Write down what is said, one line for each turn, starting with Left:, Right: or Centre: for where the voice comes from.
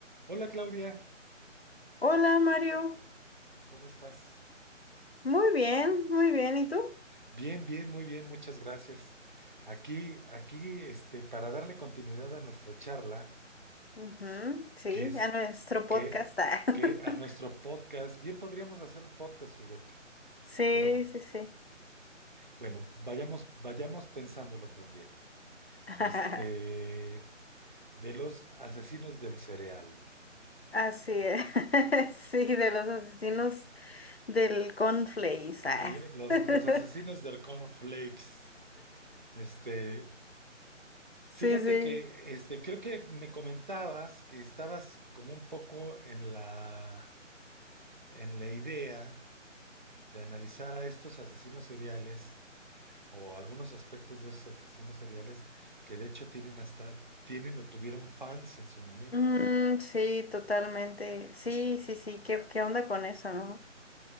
Right: Hola Claudia,
Left: Hola Mario,
Right: ¿cómo estás?
Left: muy bien, muy bien, ¿y tú?
Right: Bien, bien, muy bien, muchas gracias. Aquí, aquí, este, para darle continuidad a nuestra charla,
Left: Ujú, sí,
Right: que es
Left: a nuestro podcast.
Right: que,
Left: ah. <laughs>
Right: que a nuestro podcast, bien podríamos hacer un podcast, fíjate,
Left: Sí,
Right: pero
Left: sí, sí.
Right: bueno, vayamos, vayamos pensándolo también.
Left: <laughs>
Right: Este, de los asesinos del cereal,
Left: Así es. <laughs> Sí, de los asesinos del Conflace. ah.
Right: lo- los,
Left: <laughs>
Right: los asesinos del cornflakes, este,
Left: Sí,
Right: Fíjate
Left: sí.
Right: que este, creo que me comentabas que estabas como un poco en la, en la idea de analizar a estos asesinos seriales o algunos aspectos de esos asesinos seriales que de hecho tienen hasta, tienen o tuvieron fans en su momento,
Left: Mm,
Right: ¿no?
Left: sí, totalmente. Sí,
Right: Y,
Left: sí, sí, ¿qué, qué onda con eso, no?